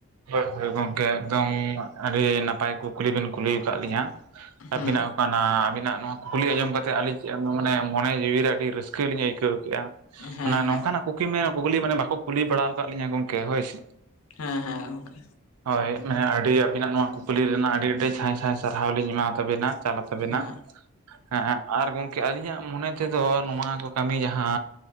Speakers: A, on the right (about 85°); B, on the left (about 75°).
A: ᱦᱳᱭ ᱦᱳᱭ ᱜᱚᱢᱠᱮ ᱮᱠᱫᱚᱢ ᱟᱹᱰᱤ ᱱᱟᱯᱟᱭ ᱠᱩᱠᱞᱤ ᱵᱤᱱ ᱠᱩᱞᱤᱣ ᱠᱟᱜ ᱞᱤᱧᱟ ᱟᱹᱵᱤᱱᱟᱜ᱾
B: ᱦᱮᱸ
A: ᱚᱱᱟ ᱟᱵᱤᱱᱟᱜ ᱱᱚᱣᱟ ᱠᱩᱠᱞᱤ ᱟᱸᱡᱚᱢ ᱠᱟᱛᱮᱜ ᱟᱞᱤᱧ ᱪᱮᱜ ᱢᱚᱱᱮ ᱢᱚᱱᱮ ᱡᱤᱣᱤᱨᱮ ᱟᱰᱤ ᱨᱟᱹᱥᱠᱟᱹᱞᱤᱧ ᱟᱹᱭᱠᱟᱹᱣ᱾ ᱠᱮᱜ-ᱟ
B: ᱦᱮᱸ
A: ᱢᱟᱱᱮ
B: ᱦᱮᱸ
A: ᱱᱚᱝᱠᱟᱱᱟᱜ ᱠᱩᱠᱞᱤᱢ ᱢᱮᱱᱟ ᱠᱩᱠᱞᱤ ᱢᱟᱱᱮ ᱵᱟᱠᱚ ᱠᱩᱞᱤ ᱵᱟᱲᱟᱣ ᱠᱟᱜ ᱞᱤᱧᱟ ᱜᱚᱢᱠᱮ ᱦᱳᱭ ᱥᱮ᱾
B: ᱦᱮᱸ ᱦᱮᱸ ᱜᱚᱝᱠᱮ᱾
A: ᱦᱳᱭ ᱢᱟᱱᱮ ᱟᱹᱰᱤ ᱟᱹᱵᱤᱱᱟᱜ ᱱᱚᱣᱟ ᱠᱩᱠᱞᱤ ᱨᱮᱱᱟᱜ ᱟᱰᱤ ᱟᱰᱤ ᱥᱟᱸᱭ ᱥᱟᱸᱭ ᱥᱟᱨᱦᱟᱣ ᱞᱤᱧ ᱮᱢᱟᱣ ᱛᱟᱵᱮᱱᱟ᱾ ᱪᱟᱞ ᱟᱛᱟᱵᱮᱱᱟ
B: ᱦᱮᱸ
A: ᱦᱮᱸ ᱟᱨ ᱜᱚᱝ ᱠᱮ ᱟᱞᱤᱧᱟᱜ ᱢᱚᱱᱮ ᱛᱮᱫᱚ ᱱᱚᱣᱟ ᱠᱚ ᱠᱟᱢᱤ ᱡᱟᱸᱦᱟ